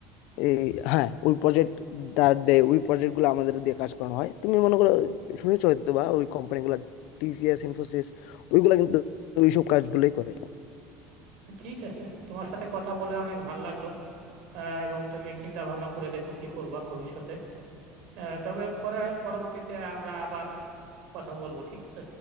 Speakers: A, on the left; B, on the right.
A: এই হ্যাঁ ওই প্রজেক্ট দাঁড় দেয় ওই প্রজেক্ট গুলো আমাদের দিয়ে কাজ করানো হয় তুমি মনে করো শুনেছো হয়তো বা ওই কোম্পানিগুলো টিসিএস ইনফোসিস ওইগুলা কিন্তু ওইসব কাজগুলোই করে
B: ঠিক আছে তোমার সাথে কথা বলে অনেক ভালো লাগলো আহ, এবং তুমি চিন্তা ভাবনা করে দেখো কি করবা ভবিষ্যতে আহ, তবে পরে পরবর্তীতে আমরা আবার কথা বলবো ঠিক আছে